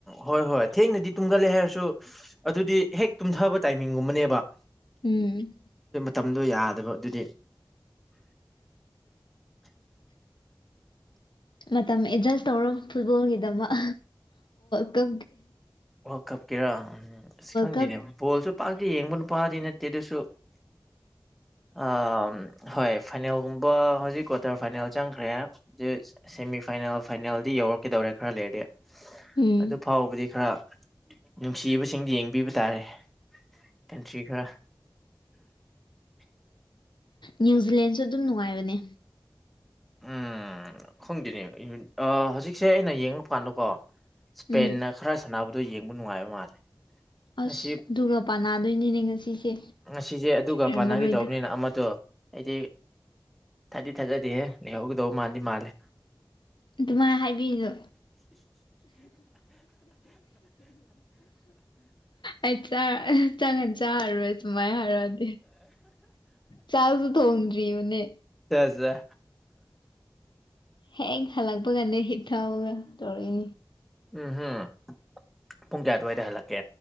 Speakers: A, in the centre; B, on the left (about 75°).
A: ꯍꯣꯏ ꯍꯣꯏ ꯊꯦꯡꯅꯗꯤ ꯇꯨꯝꯈꯠꯂꯦ ꯍꯥꯏꯔꯁꯨ ꯑꯗꯨꯗꯤ ꯍꯦꯛ ꯇꯨꯝꯊꯕ ꯇꯥꯏꯃꯤꯡ ꯀꯨꯝꯕꯅꯦꯕ
B: ꯎꯝ
A: ꯇꯗꯣ ꯌꯥꯗꯕ ꯑꯗꯨꯗꯤ <inaudible>
B: ꯃꯇꯝ ꯑꯦꯗꯖꯁ ꯇꯧꯔꯣ ꯐꯨꯠꯕꯣꯜꯒꯤꯗꯃꯛ ꯀ
A: ꯋꯥ ꯀꯞꯀꯤꯦꯔꯥ ꯎꯝ ꯑꯁ ꯈꯪꯗꯦꯅꯦꯕ
B: ꯀꯞ
A: ꯕꯣꯜꯁꯨ ꯄꯥꯛꯇ ꯌꯦꯡꯕ ꯅꯨꯄꯥꯗꯤ ꯅꯠꯇꯦ ꯑꯗꯨꯁꯨ ꯑ ꯍ ꯐꯥꯏꯅꯦꯜ ꯀꯕ ꯍꯧꯖꯤꯛ ꯀ꯭ꯋꯥꯇ ꯐꯥꯏꯅꯦꯜ ꯆꯪꯈ꯭ꯔꯦ ꯑꯗꯨ ꯁꯦꯃꯤ ꯐꯥꯏꯅꯦꯜ ꯐꯥꯏꯅꯦꯜꯗꯤ ꯌꯧꯔꯛꯀꯗꯧꯔꯦ ꯈꯔ ꯂꯩꯔꯗꯤ
B: ꯎꯝ
A: ꯑꯗꯨ ꯐꯥꯎꯕꯗꯤ ꯈꯔ ꯅꯨꯡꯁꯤꯕꯁꯤꯡ ꯌꯦꯡꯕꯤꯕ ꯇꯥꯔꯦ ꯀꯒ
B: ꯅ꯭ꯌꯨ ꯖꯤꯂꯦꯟꯁꯨ ꯑꯗꯨꯝ ꯅꯨꯡꯉꯥꯏꯕꯅꯦ
A: ꯎꯝ ꯈꯪꯗꯦꯅꯦ ꯍꯧꯖꯤꯛꯁꯦ ꯑꯩꯅ ꯌꯦꯡꯕ ꯀꯥꯟꯗꯀꯣ ꯏꯁꯄꯦꯟꯅ
B: ꯎꯝ
A: ꯈꯔ ꯁꯥꯟꯅꯕꯗꯣ ꯌꯦꯡꯕ ꯅꯨꯡꯉꯥꯏꯕ ꯃꯥꯜꯂꯦ
B: ꯑꯁ
A: ꯉꯁꯤ
B: ꯑꯗꯨꯒ ꯄꯥꯅꯥꯗꯣꯏꯅꯤꯅꯦ ꯉꯁꯤꯁꯦ
A: ꯉꯁꯤꯁꯦ ꯑꯗꯨꯒ
B: ꯉꯝꯃꯔꯣꯏꯗ
A: ꯄꯥꯟꯅꯈꯤꯗꯧꯕꯅꯤꯅ ꯑꯃꯗꯣ ꯑꯩꯗꯤ ꯊꯥꯗꯤ ꯊꯥꯖꯗꯤꯍꯦ ꯂꯩꯍꯧꯒꯗꯧꯕ ꯃꯥꯟꯗꯤ ꯃꯥꯜꯂꯦ
B: ꯑꯗꯨꯃꯥꯏꯅ ꯍꯥꯏꯕꯤꯅꯣ ꯑꯩ ꯆꯪꯉꯅꯤ ꯆꯥꯔꯨꯔꯦ ꯁꯨꯃꯥꯏꯅ ꯍꯥꯏꯔꯛꯑꯗꯤ ꯆꯥꯛꯁꯨ ꯊꯣꯡꯗ꯭ꯔꯤꯕꯅꯦ
A: ꯖ
B: ꯍꯦꯛ ꯍꯜꯂꯛꯄꯒꯅꯦ ꯍꯤꯞꯊꯕꯒꯥ ꯇꯧꯇꯥꯛ ꯏꯅꯦ
A: ꯎꯝ ꯎꯝ ꯄꯨꯡ ꯀꯌꯥ ꯑꯗꯨꯋꯥꯏꯗ ꯍꯜꯂꯛꯀꯦ